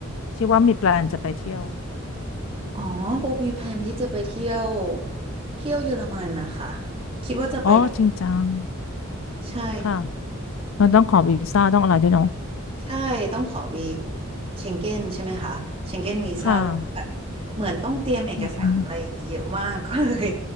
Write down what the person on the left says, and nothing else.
ที่ว่ามีแปลนจะไปเที่ยว
อ๋อจริงจัง
ค่ะมันต้องขอวีซ่าต้องอะไรด้วยเนาะ
ค่ะอืม